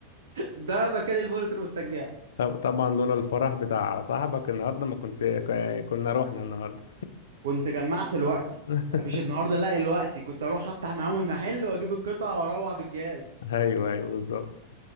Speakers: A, on the right (about 60°); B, on the left (about 60°).
A: ده مكان المونيتور والتجميع
B: طب- طبعا لولا الفرح بتاع صاحبك النهارده ما كنت ك- كنا رحنا النهارده
A: كنت جمعت الوقتي
B: <laughs>
A: مش النهارده لا الوقتي كنت اروح افتح معاهم المحل واجيب القطع واروح بالجهاز
B: ايوه ايوه بالظبط